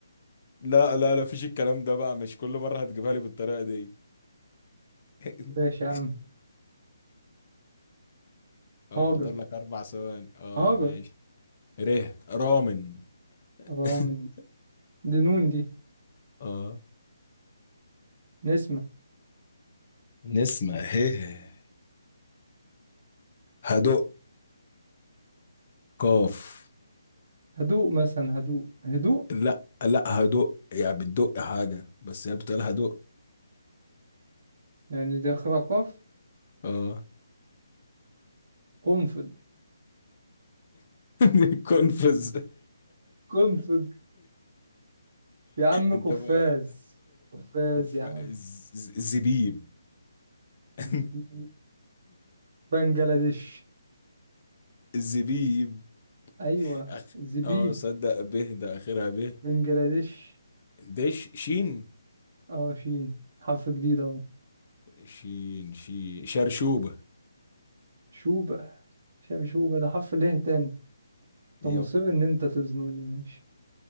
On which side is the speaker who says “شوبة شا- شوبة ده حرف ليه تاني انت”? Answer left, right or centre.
Right